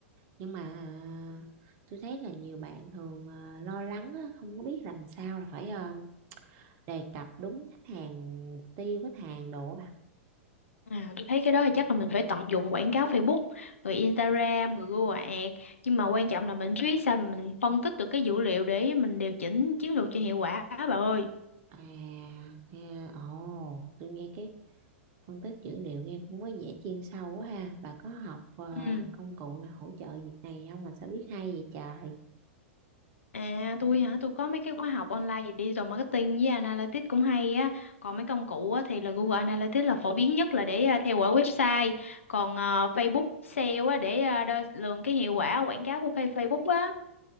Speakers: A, on the right; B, on the left.
A: nhưng mà à, tôi thấy là nhiều bạn thường à, lo lắng á, không có biết làm sao là phải à, đề cập đúng khách hàng mục tiêu khách hàng đồ á bà
B: À, tôi thấy cái đó thì chắc là mình phải tận dụng quảng cáo Facebook, rồi Instagram, rồi Google Ads, nhưng mà quan trọng là mình biết sao mình phân tích được cái dữ liệu để mình điều chỉnh chiến lược cho hiệu quả, á, bà ơi.
A: À, nghe, ồ, tôi nghe cái phân tích dữ liệu nghe cũng có vẻ chuyên sâu quá ha. Bà có học ờ,
B: Ừ.
A: công cụ nào hỗ trợ việc này không mà sao biết hay vậy trời?
B: À tôi hả, tôi có mấy cái khóa học online về digital marketing với analytics cũng hay á. Còn mấy công cụ á, thì là Google Analytics là phổ biến nhất là để à, theo dõi website. Còn ờ, Facebook sale á, để à, đo lường cái hiệu quả quảng cáo của cái Facebook á.